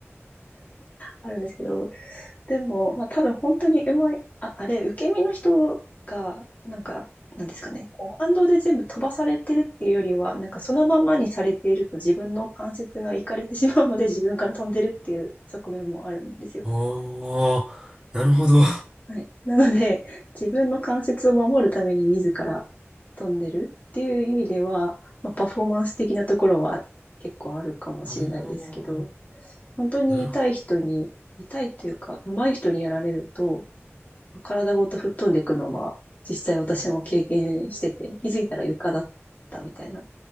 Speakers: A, on the left (about 35°); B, on the right (about 20°).
A: あるんですけど、でも、まあ多分本当にうまい、あ、あれ、受け身の人が、なんか、なんですかね、こう反動で全部飛ばされてるっていうよりは、なんかそのままにされていると自分の関節がいかれてしまうので自分から飛んでるっていう側面もあるんですよ。
B: おおー、なるほど。
A: はい。なので、自分の関節を守るために自ら飛んでるっていう意味では、まあ、パフォーマンス的なところは結構あるかもしれないですけど、
B: あー
A: 本当に痛い人に、
B: なるほど。
A: 痛いというか、上手い人にやられると、まあ体ごと吹っ飛んでいくのは、実際私も経験してて、気づいたら床だったみたいな